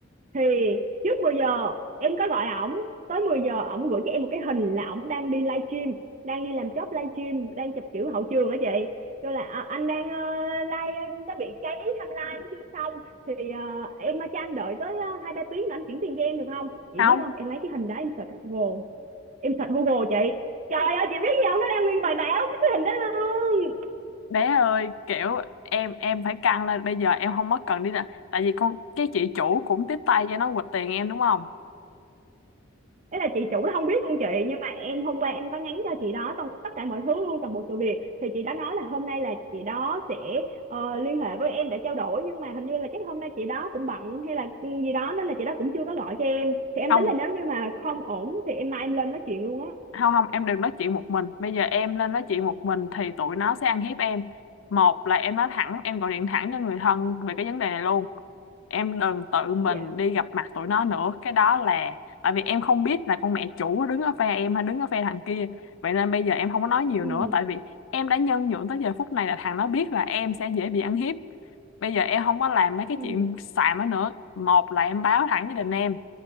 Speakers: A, on the right (about 35°); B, on the left (about 70°).
A: thì trước 10 giờ em có gọi ổng tới 10 giờ ổng gửi cho em một cái hình là ổng đang đi livestream đang đi làm job livestream đang chụp kiểu hậu trường á chị kêu là "À, anh đang uh, live ờ, nó bị cháy timeline nó chưa xong thì ờ, em ờ, cho anh đợi tới ờ, hai ba tiếng nữa anh chuyển tiền cho em được không chị
B: không
A: biết không em lấy cái hình đó em search Google em search Google chị trời ơi chị biết gì không nó đang nguyên bài báo cái hình đó luôn
B: bé ơi kiểu em em phải căng lên bây giờ em không mất cần đi là tại vì con cái chị chủ cũng tiếp tay cho nó quỵt tiền em đúng không
A: ấy là chị chủ nó không biết luôn chị nhưng mà em hôm qua em có nhắn cho chị đó toàn- tất cả mọi thứ luôn toàn bộ sự việc thì chị đã nói là hôm nay là chị đó sẽ ờ, liên hệ với em để trao đổi nhưng mà hình như là chắc hôm nay chị đó cũng bận hay là gì đó nên là chị đó cũng chưa có gọi cho em thì em
B: không
A: tính là nếu như mà không ổn thì em mai em lên nói chuyện luôn á
B: không không em đừng nói chuyện một mình bây giờ em lên nói chuyện một mình thì tụi nó sẽ ăn hiếp em một là em nói thẳng em gọi điện thẳng cho người thân về cái vấn đề này luôn em đừng tự mình
A: dạ
B: đi gặp mặt tụi nó nữa cái đó là tại vì em không biết là con mẹ chủ đứng ở phe em hay đứng ở phe thằng kia vậy nên bây giờ em không có nói nhiều
A: ừ
B: nữa tại vì em đã nhân nhượng tới giờ phút này là thằng nó biết là em sẽ dễ bị ăn hiếp bây giờ em không có làm mấy cái
A: ừ
B: chuyện xàm đó nữa một là em báo thẳng với đình em